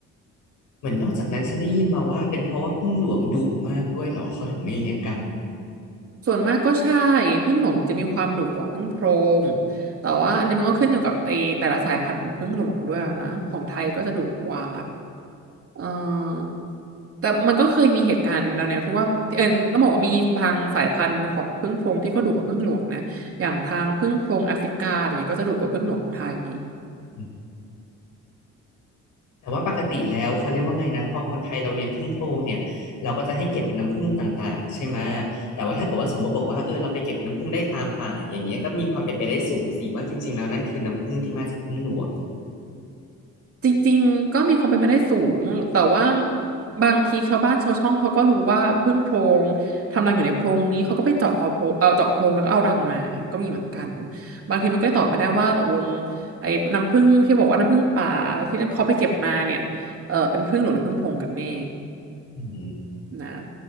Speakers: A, on the left; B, on the right.
A: เหมือนนอกจากนั้นฉันได้ยินมาว่าเป็นเพราะว่าผึ้งหลวงดุมากด้วยเหรอเขาถึงไม่เลี้ยงกัน
B: ส่วนมากก็ใช่ผึ้งหลวงจะมีความดุกว่าผึ้งโพรงแต่ว่าอันนี้มันก็ขึ้นอยู่กับไอแต่ละสายพันธุ์ของผึ้งหลวงด้วยนะของไทยก็จะดุกว่าเออแต่มันก็เคยมีเหตุการณ์แนวๆที่ว่าเออต้องบอกว่ามีบางสายพันธุ์ของผึ้งโพรงที่ก็ดุกว่าผึ้งหลวงนะอย่างทางผึ้งโพรงแอฟริกาอย่างนี้ก็จะดุกว่าผึ้งหลวงของไทย
A: อืม แต่ว่าปกติแล้วเขาเรียกว่าไงนะพอคนไทยเราเลี้ยงผึ้งโพรงเนี่ยเราก็จะให้เก็บน้ำผึ้งต่างๆใช่ไหมแต่ว่าถ้าเกิดว่าสมมติบอกว่าเออเราไปเก็บน้ำผึ้งได้ตามป่าอย่างเงี้ยก็มีความเป็นไปได้สูงสิว่าจริงๆแล้วนั่นคือน้ำผึ้งที่มาจากผึ้งหลวง
B: จริงๆก็มีความเป็นไปได้สูงแต่ว่าบางทีชาวบ้านชาวช่องเขาก็รู้ว่าพึ่งโพรงทำรังอยู่ในโพรงนี้เขาก็ไปเจาะเอาโพรงเอาเจาะโพรงแล้วก็เอารังมาก็มีเหมือนกันบางทีมันก็ตอบไม่ได้ว่าตกลงไอ้น้ำผึ้งที่บอกว่าน้ำผึ้งป่าแล้วที่เขาไปเก็บมาเนี่ยเออเป็นผึ้งหลวงหรือผึ้งโพรงกันแน่
A: อืม
B: นะ